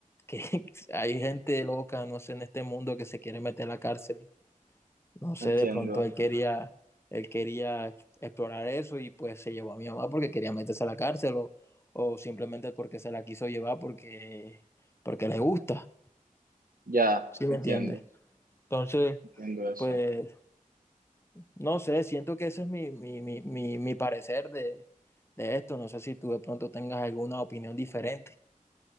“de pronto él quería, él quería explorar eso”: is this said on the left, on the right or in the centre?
Left